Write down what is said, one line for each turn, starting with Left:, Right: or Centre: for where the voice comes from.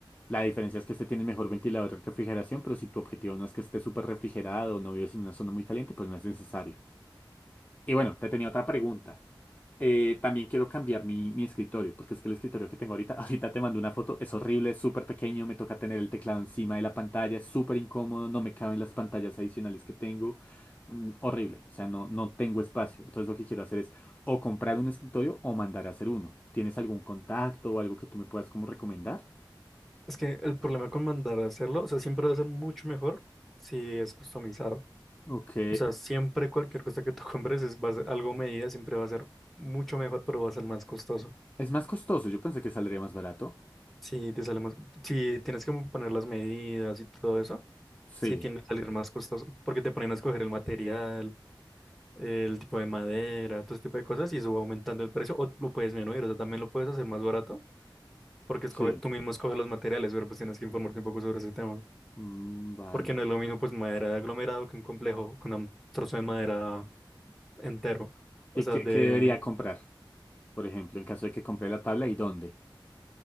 Left: La diferencia es que este tiene mejor ventilador de refrigeración, pero si tu objetivo no es que esté súper refrigerado o no vives en una zona muy caliente, pues no es necesario. Y bueno, te tenía otra pregunta. Eh, también quiero cambiar mi, mi escritorio, porque es que el escritorio que tengo ahorita, <laughs> ahorita te mando una foto, es horrible, es súper pequeño, me toca tener el teclado encima de la pantalla, es súper incómodo, no me caben las pantallas adicionales que tengo, mm, horrible, o sea, no, no tengo espacio. Entonces lo que quiero hacer es o comprar un escritorio o mandar a hacer uno. ¿Tienes algún contacto o algo que tú me puedas como recomendar?
Centre: Es que el problema con mandar a hacerlo, o sea, siempre va a ser mucho mejor si es customizado.
Left: Ok.
Centre: O sea, siempre cualquier cosa que tú <laughs> compres es, va a ser algo a medida, siempre va a ser mucho mejor, pero va a ser más costoso.
Left: Es más costoso, yo pensé que saldría más barato.
Centre: Si te sale más- si tienes que poner las medidas y todo eso,
Left: Sí,
Centre: sí tiende a salir más costoso, porque te ponen a escoger el material, el tipo de madera, todo ese tipo de cosas, y eso va aumentando el precio, o lo puedes disminuir, o sea, también lo puedes hacer más barato, porque
Left: sí.
Centre: escoge, tú mismo escoges los materiales, pero pues tienes que informarte un poco sobre ese tema.
Left: Mm, vale.
Centre: porque no es lo mismo pues madera de aglomerado que un complejo con un trozo de madera entero. O
Left: ¿Y
Centre: sea,
Left: qué,
Centre: de...
Left: qué debería comprar? Por ejemplo, en caso de que compre la tabla y dónde.